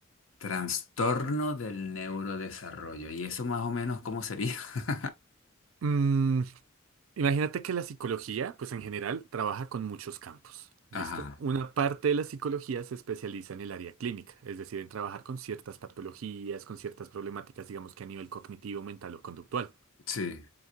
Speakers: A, on the left; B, on the right.
A: Trastorno del neurodesarrollo. ¿Y eso más o menos cómo sería? <laughs>
B: Mm, Imagínate que la psicología, pues en general, trabaja con muchos campos. ¿Listo?
A: Ajá,
B: Una parte de la psicología se especializa en el área clínica, es decir, en trabajar con ciertas patologías, con ciertas problemáticas, digamos que a nivel cognitivo, mental o conductual.
A: sí.